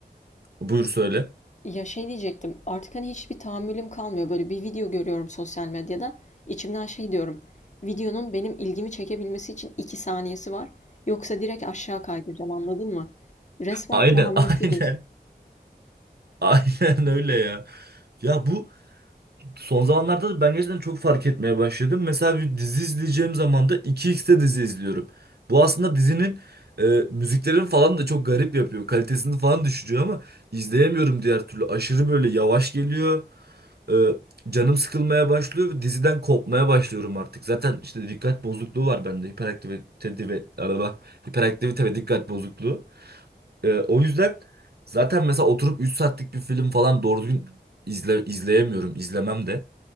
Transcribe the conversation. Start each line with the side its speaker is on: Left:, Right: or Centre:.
Right: Buyur söyle.
Left: Ya şey diyecektim artık hani hiçbir tahammülüm kalmıyor. Böyle bir video görüyorum sosyal medyada. İçimden şey diyorum. Videonun benim ilgimi çekebilmesi için 2 saniyesi var. Yoksa direkt aşağı kaydıracağım anladın mı? Resmen
Right: Aynen,
Left: tahammülsüzüz.
Right: <laughs> aynen. Aynen öyle ya. Ya bu son zamanlarda da ben gerçekten çok fark etmeye başladım. Mesela bir dizi izleyeceğim zaman da iki xte dizi izliyorum. Bu aslında dizinin e, müziklerini falan da çok garip yapıyor. Kalitesini falan düşürüyor ama izleyemiyorum diğer türlü. Aşırı böyle yavaş geliyor. E, canım sıkılmaya başlıyor ve diziden kopmaya başlıyorum artık. Zaten işte dikkat bozukluğu var bende. Hiperaktivite ve arada, hiperaktivite ve dikkat bozukluğu. Ee, o yüzden zaten mesela oturup 3 saatlik bir film falan doğru düzgün izle, izleyemiyorum. izlemem de.